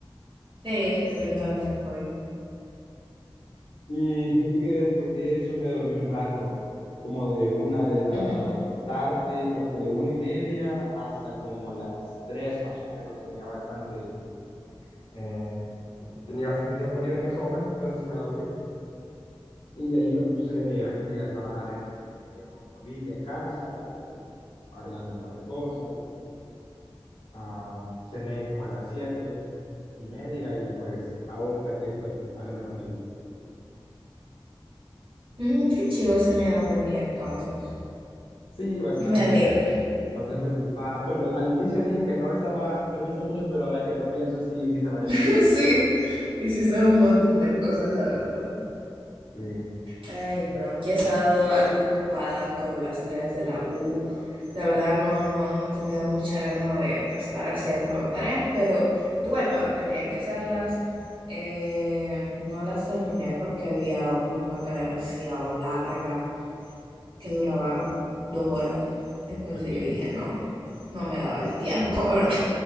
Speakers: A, on the right (about 70°); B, on the left (about 75°).
A: Sí, yo sé que te encanta el pollo.
B: Y fíjate que después de eso me dormí un rato, como de una de la
A: Ujú.
B: tarde, no, como de una y media hasta como las tres más o menos. Tenía bastante, eh, tenía bastante tiempo libre en ese momento, entonces me dormí. Y de ahí me puse aquí a trabajar en, eh, con mi familia en casa, su- arreglando un par de cosas. Ah, cené como a las siete y media y pues ahorita aquí estoy hablando contigo.
A: Mm, qué chivo, has tenido un buen día entonces.
B: Sí, bastante,
A: Me alegro. <laughs>
B: bastante ocupado. Bueno, al inicio dije que no estaba, que no hice mucho, pero ahora que lo pienso, sí hice varias
A: Sí,
B: cosas.
A: hiciste un montón de cosas, la verdad.
B: Sí,
A: Ay, no, ya he estado algo ocupada con las tareas de la U. La verdad no, no, no he tenido mucha gana de, de estar haciendo tareas, pero igual, bueno, tenía que hacerlas. Eh, no las terminé porque había una tarea demasiado larga que duraba dos horas. Entonces
B: ok,
A: yo dije, no, no me daba el tiempo, <laughs> ¿verdad?